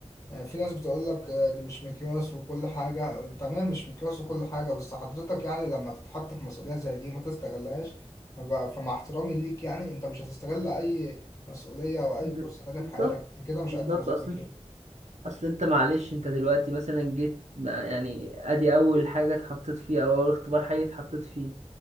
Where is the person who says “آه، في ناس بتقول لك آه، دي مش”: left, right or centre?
Left